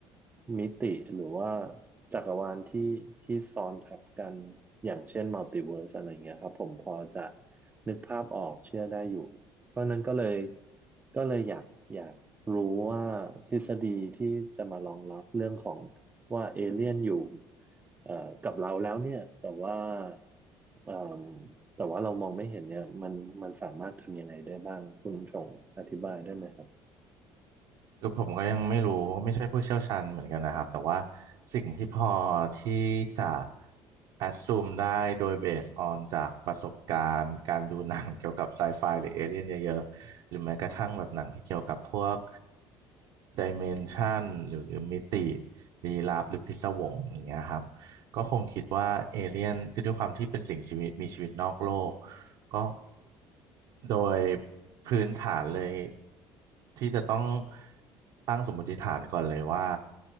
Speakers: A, on the right; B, on the right.
A: มิติหรือว่าจักรวาลที่ที่ซ้อนทับกันอย่างเช่นมัลติเวิร์สอะไรเงี้ยครับผมพอจะนึกภาพออกเชื่อได้อยู่เพราะนั้นก็เลยก็เลยอยากอยากรู้ว่าทฤษฎีที่จะมารองรับเรื่องของว่าเอเลี่ยนอยู่เอ่อกับเราแล้วเนี่ยแต่ว่า เอ่มแต่ว่าเรามองไม่เห็นเนี่ยมันมันสามารถทำยังไงได้บ้างคุณส่งอธิบายได้ไหมครับ
B: คือผมก็ยังไม่รู้ก็ไม่ใช่ผู้เชี่ยวชาญเหมือนกันนะครับ แต่ว่าสิ่งที่พอที่จะ assume ได้โดย based on จากประสบการณ์การดูหนังเกี่ยวกับไซไฟหรือเอเลี่ยนเยอะๆหรือแม้กระทั่งแบบหนังที่เกี่ยวกับพวก dimension หรือมิติลี้ลับหรือพิศวงอย่างเงี้ยครับ ก็คงคิดว่าเอเลี่ยนคือด้วยความที่เป็นสิ่งชีวิตมีชีวิตนอกโลกก็โดยพื้นฐานเลยที่จะต้องตั้งสมมติฐานก่อนเลยว่า